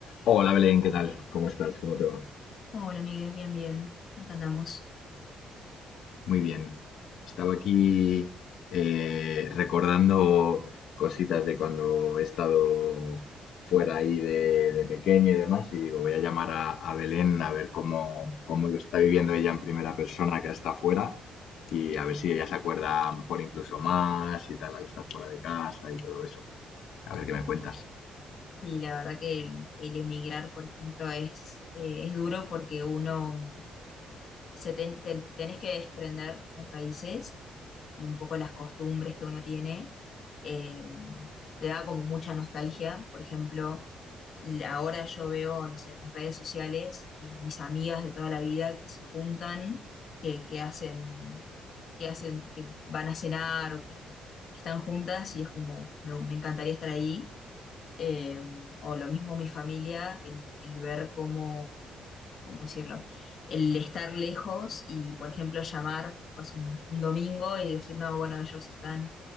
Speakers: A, on the left (about 75°); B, on the left (about 55°).
A: Hola Belén, ¿qué tal? ¿Cómo estás? ¿Cómo te va?
B: Hola, amigues, bien, bien. Acá andamos.
A: Muy bien. Estaba aquí eh, recordando cositas de cuando he estado fuera ahí de, de pequeño y demás, y digo, voy a llamar a, a Belén a ver cómo, cómo lo está viviendo ella en primera persona que está fuera y a ver si ella se acuerda a lo mejor incluso más y tal al estar fuera de casa y todo eso. A ver qué me cuentas.
B: Y la verdad que el, el emigrar, por ejemplo, es, eh, es duro porque uno se ten- ten- tenés que desprender las raíces y un poco las costumbres que uno tiene. eh, te da como mucha nostalgia. Por ejemplo, l- ahora yo veo, no sé, en las redes sociales, eh, mis amigas de toda la vida que se juntan, que, que hacen, que hacen, que van a cenar o que están juntas y es como, me, me encantaría estar ahí eh, o lo mismo mi familia, el, el ver cómo, cómo decirlo, el estar lejos y, por ejemplo, llamar pues, un, un domingo y decir, no, bueno, ellos están,